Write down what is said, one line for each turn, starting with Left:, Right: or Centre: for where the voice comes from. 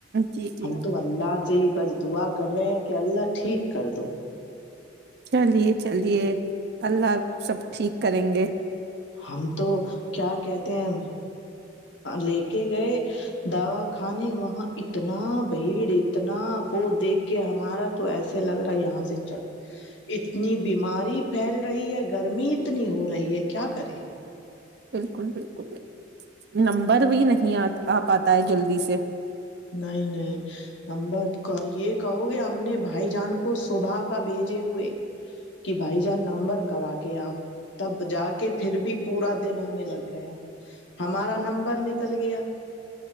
Right: جی جی
Left: ہم تو اللہ سے ہی بس دعا کر رہے ہیں کہ اللہ ٹھیک کر دو
Right: چلیے چلیے اللہ سب ٹھیک کریں گے
Left: ہم تو کیا کہتے ہیں لے کے گئے دوا خانے وہاں اتنا بھیڑ اتنا وہ دیکھ کے ہمارا تو ایسے لگ رہا یہاں سے چل اتنی بیماری پھیل رہی ہے گرمی اتنی ہو رہی ہے کیا کرے <unintelligible>
Right: بالکل بالکل بالکل نمبر بھی نہیں آ پاتا ہے جلدی سے <unintelligible>
Left: نہیں نہیں نمبر یہ کہو گے ہم نے بھائی جان کو صبح کا بھیجے ہوئے کہ بھائی جان نمبر کرا کے آؤ تب جا کے پھر بھی پورا دن ہمیں لگ گیا ہمارا نمبر نکل گیا